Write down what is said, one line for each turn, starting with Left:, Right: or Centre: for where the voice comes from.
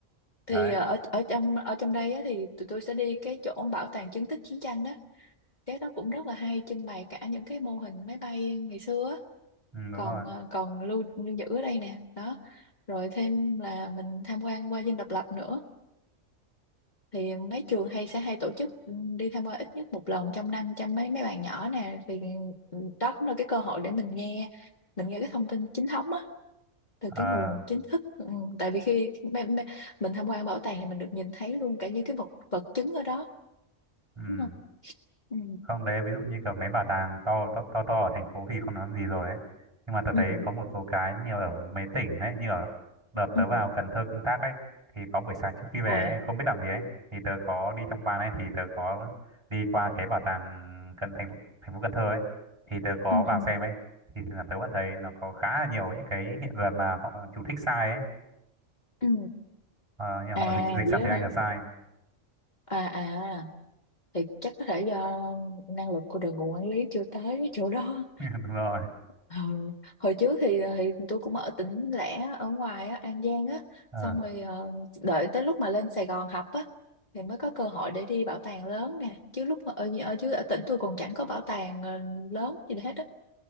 Left: thì
Right: đấy
Left: ờ, ở ở trong ở trong đây á, thì tụi tôi sẽ đi cái chỗ bảo tàng chứng tích chiến tranh á cái đó cũng rất là hay trưng bày cả những cái mô hình máy bay ngày xưa á
Right: ừ, đúng
Left: còn
Right: rồi
Left: ờ, còn lưu, lưu giữ ở đây nè đó rồi thêm là mình tham quan qua Dinh Độc Lập nữa thì mấy trường hay sẽ hay tổ chức ừ, đi tham quan ít nhất một lần trong năm cho mấy mấy bạn nhỏ nè thì ừ, đó cũng là cái cơ hội để mình nghe mình nghe cái thông tin chính thống á từ
Right: ờ
Left: cái nguồn chính thức ừ, tại vì khi mê- mê- mình tham quan bảo tàng thì mình được nhìn thấy luôn cả những cái vật vật chứng ở đó
Right: ừ.
Left: đúng không ừ
Right: không đấy ví dụ như kiểu mấy bảo tàng to to to, to ở thành phố thì không nói gì rồi ấy nhưng mà tớ
Left: ừ
Right: thấy có một số cái như ở mấy tỉnh ấy như ở đợt
Left: ừ
Right: tớ vào Cần Thơ công tác ấy thì có buổi sáng trước khi về
Left: à
Right: ấy, không biết làm gì ấy thì tớ có đi tham quan ấy thì tớ có đi qua cái bảo tàng cần thành phố thành phố Cần Thơ ấy thì tớ có
Left: ừ
Right: vào
Left: ừ
Right: xem ấy thì là tớ vẫn thấy nó có khá là nhiều những cái hiện vật mà họ chú thích sai ấy
Left: ừ
Right: ờ, như
Left: à
Right: họ dịch dịch
Left: vậy
Right: sang
Left: đó
Right: tiếng
Left: hả
Right: Anh là sai
Left: à à thì chắc có thể do năng lực của đội ngũ quản lý chưa tới chỗ đó
Right: <laughs> đúng rồi
Left: ừ. hồi trước thì thì tôi cũng ở tỉnh lẻ ở ngoài á An Giang á
Right: ờ
Left: xong rồi ờ, đợi tới lúc mà lên Sài Gòn học á thì mới có cơ hội để đi bảo tàng lớn nè chứ lúc mà ở ở dưới ở tỉnh tôi còn chẳng có bảo tàng ờ, lớn gì hết á